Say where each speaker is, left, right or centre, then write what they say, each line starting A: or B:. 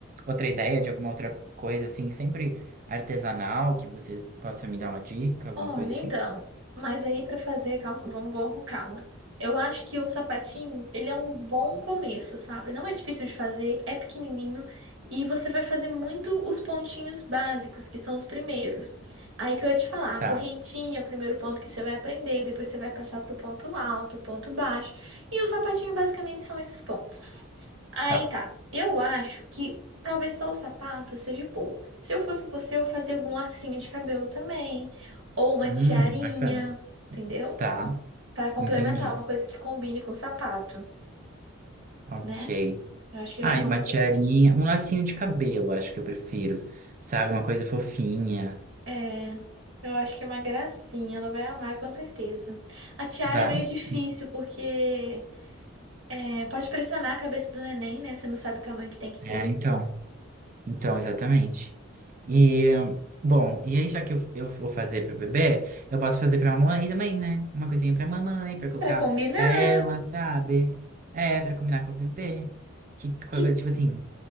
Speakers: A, on the right; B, on the right.
A: outra ideia de alguma outra coisa assim, sempre artesanal, que você possa me dar uma dica, alguma
B: Olha,
A: coisa
B: então,
A: assim?
B: mas aí para fazer, calma, vamos, vamos com calma. Eu acho que o sapatinho, ele é um bom começo, sabe? Não é difícil de fazer, é pequenininho e você vai fazer muito os pontinhos básicos, que são os primeiros. Aí que eu ia te falar, a
A: Tá,
B: correntinha é o primeiro ponto que você vai aprender, depois você vai passar pro ponto alto, ponto baixo, e o sapatinho basicamente são esses pontos. Aí
A: tá.
B: tá. Eu acho que talvez só o sapato seja pouco. Se eu fosse você, eu fazia algum lacinho de cabelo também. Ou uma
A: Hum,
B: tiarinha,
A: bacana.
B: entendeu?
A: Tá,
B: Para complementar,
A: entendi.
B: uma coisa que combine com o sapato,
A: Ok.
B: né? Eu acho que
A: Ah,
B: é uma
A: e uma
B: boa
A: tiarinha,
B: ideia.
A: um lacinho de cabelo, acho que eu prefiro, sabe? Uma coisa fofinha.
B: É, eu acho que é uma gracinha, ela vai amar com certeza. A tiara
A: Vai.
B: é meio difícil
A: sim.
B: porque é, pode pressionar a cabeça do neném, né? Você não sabe o tamanho que tem que
A: É,
B: ter.
A: então, então, exatamente. E, bom, e aí já que eu, eu vou fazer pro bebê, eu posso fazer pra mamãe também, né? Uma coisinha pra mamãe, pra colocar
B: Pra combinar.
A: pra ela,
B: O
A: sabe? É, pra combinar com o bebê. Que, coisa,
B: que
A: tipo assim,